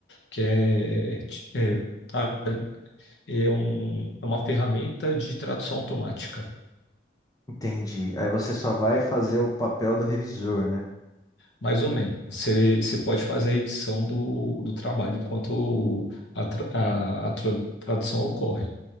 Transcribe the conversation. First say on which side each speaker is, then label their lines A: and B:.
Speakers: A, on the left (about 80°); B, on the left (about 20°).
A: que é, é, ah, é um- é uma ferramenta de tradução automática.
B: Entendi. Aí você só vai fazer o papel do revisor, né?
A: Mais ou menos. Você você pode fazer a edição do, do trabalho enquanto a, tra- a- a tra- tradução ocorre.